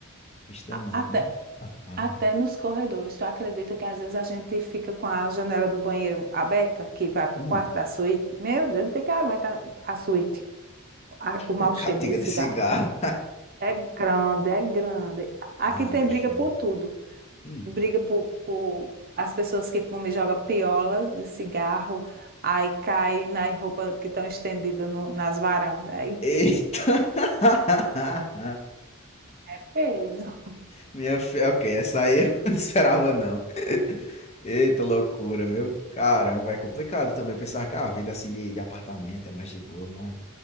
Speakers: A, on the left; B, on the right.
A: Bicho danado,
B: Até,
A: né? Ah, ah.
B: até nos corredores. Tu acredita que às vezes a gente fica com a janela do banheiro aberta, que vai pro
A: Hum,
B: quarto da suíte? Meu Deus, não tem quem aguenta a suíte. a- o mau
A: <laughs>
B: cheiro
A: catiga
B: de cigarro.
A: de cigarro.
B: É grande, é grande. Aqui
A: Ah,
B: tem
A: minha
B: briga
A: filha.
B: por tudo.
A: Hum.
B: briga por, por as pessoas que fumam e jogam piolas de cigarro, aí cai nas roupas que estão estendidas no- nas varandas. Aí
A: Eita! <laughs>
B: é peso.
A: Minha filha, ok, essa aí eu <laughs> não esperava não. Eita loucura, meu. Caramba, é complicado também pensar que ah, a vida assim de, de apartamento é mais de boa, mas